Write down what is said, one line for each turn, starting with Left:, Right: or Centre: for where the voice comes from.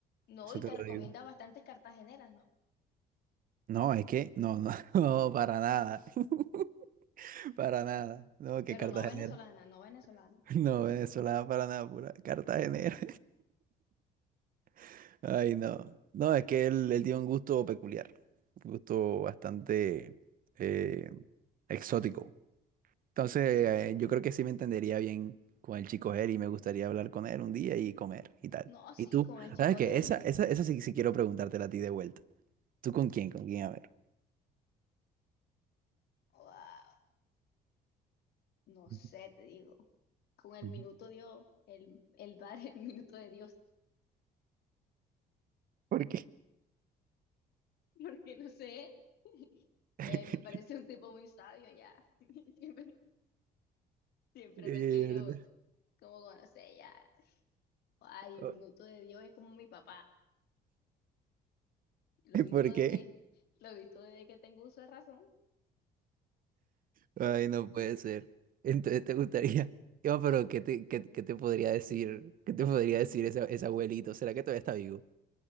Left: No,
Right: Eso
Left: y
Right: te
Left: te
Right: lo
Left: recomienda
Right: digo.
Left: bastantes cartageneras, ¿no?
Right: No, es que, no, no, <laughs> no, para nada. <laughs> Para nada. No, que
Left: Pero
Right: Cartagenera.
Left: no venezolanas,
Right: <laughs>
Left: no venezolanas.
Right: No, venezolana para nada, pura Cartagenera. <laughs> Ay, no. No, es que él, él tiene un gusto peculiar. Un gusto bastante eh, exótico. Entonces, eh, yo creo que sí me entendería bien con el chico él y me gustaría hablar con él un día y comer y tal.
Left: No, sí,
Right: ¿Y tú?
Left: con el chico
Right: ¿Sabes qué?
Left: Gel.
Right: Esa, esa, esa sí, sí quiero preguntártela a ti de vuelta. ¿Tú con quién? ¿Con quién? A ver.
Left: Wow. No sé,
Right: Ujú,
Left: te digo. Con el
Right: ujú.
Left: minuto Dios, el, el bar, el minuto de Dios.
Right: ¿Por qué?
Left: Porque no sé. <laughs>
Right: <laughs>
Left: Eh, me parece un tipo muy sabio ya. <laughs> Siempre, siempre
Right: Mierda.
Left: lo he querido como conocer ya. Ay, el
Right: Oh,
Left: minuto de Dios es como mi papá. Lo he visto
Right: ¿Por
Left: desde,
Right: qué?
Left: lo he visto desde que tengo uso de razón.
Right: Ay, no puede ser. Entonces te gustaría. Yo, pero ¿qué te, qué, qué te podría decir? ¿Qué te podría decir ese, ese abuelito? ¿Será que todavía está vivo?